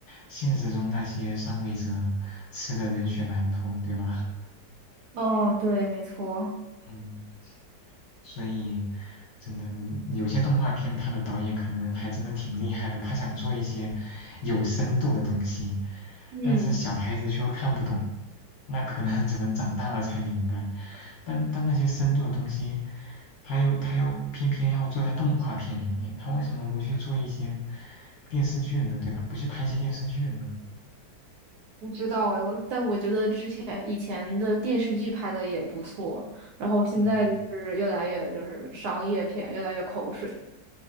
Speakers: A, on the left; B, on the right.
A: 现实中那些上位者吃的人血馒头，对吧？
B: 哦，对，没错。
A: 嗯，所以真的有些动画片，它的导演可能还真的挺厉害的，他想做一些有深度的东西。
B: 嗯，
A: 但是小孩子却又看不懂，那可能只能长大了才明白。但但那些深度的东西，他又他又偏偏要做在动画片里面，他为什么不去做一些电视剧呢？对吧？不去拍一些电视剧呢？
B: 不知道哎，我但我觉得之前以前的电视剧拍的也不错，然后现在就是越来越就是商业片，
A: 嗯，
B: 越来越口水。